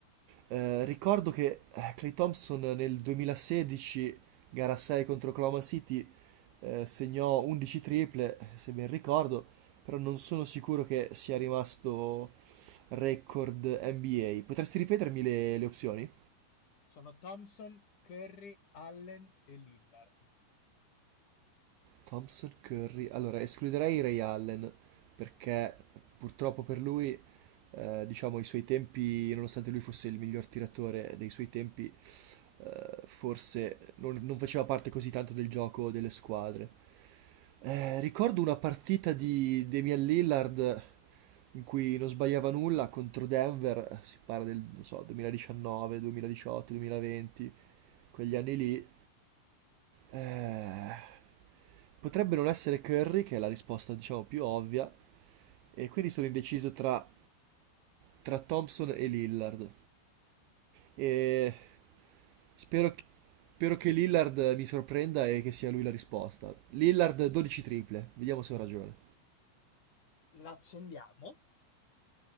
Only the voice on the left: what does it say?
Sono Thompson, Curry, Allen e Lillard.
L'accendiamo?